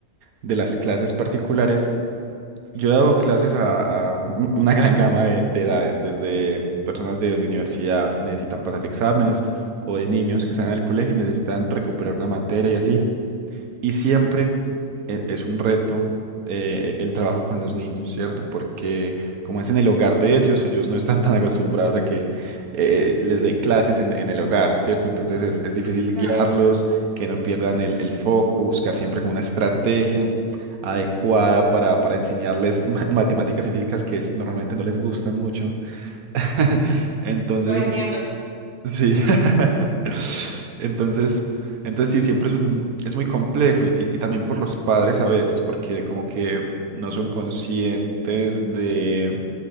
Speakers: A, on the right; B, on the right.
A: de las clases particulares. Yo he dado clases a, a <laughs> una gran gama de, de edades, desde personas de, de universidad que necesitan pasar exámenes o de niños que están en el colegio y necesitan recuperar una materia y así. Y siempre e- es un reto eh, e- el trabajo con los niños, ¿cierto? Porque como es en el hogar de ellos, ellos no están <laughs> tan acostumbrados a que eh, les den clases en, en el hogar, ¿cierto? Entonces es, es difícil
B: claro.
A: guiarlos, que no pierdan el, el foco, buscar siempre como una estrategia adecuada para, para enseñarles ma- matemáticas y físicas que es- normalmente no les gustan mucho. <laughs> Entonces...
B: Lo entiendo.
A: Sí. <laughs> Entonces, entonces sí, siempre es un, es muy complejo y, y también por los padres a veces, porque como que no son conscientes de,